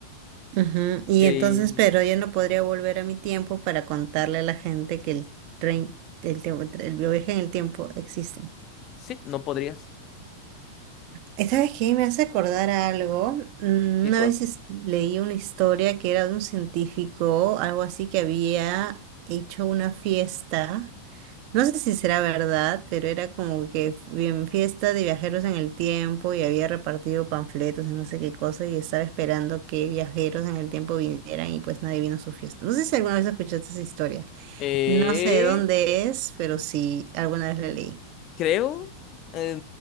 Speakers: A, on the right (about 45°); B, on the left (about 35°).
A: ujú. Y
B: Eh,
A: entonces, pero yo no podría volver a mi tiempo para contarle a la gente que el tren, el tiempo, el viaje en el tiempo existen.
B: sí, no podrías.
A: Esta vez que me hace acordar a algo, Mm,
B: Qué
A: una
B: cosa.
A: vez es- leí una historia que era de un científico, algo así que había hecho una fiesta, no sé si será verdad, pero era como que f- bien fiesta de viajeros en el tiempo y había repartido panfletos y no sé qué cosa y estaba esperando que viajeros en el tiempo vinieran y pues nadie vino a su fiesta. No sé si alguna vez escuchaste esa historia,
B: Eh,
A: no sé de dónde es, pero sí, alguna vez la leí.
B: creo. eh,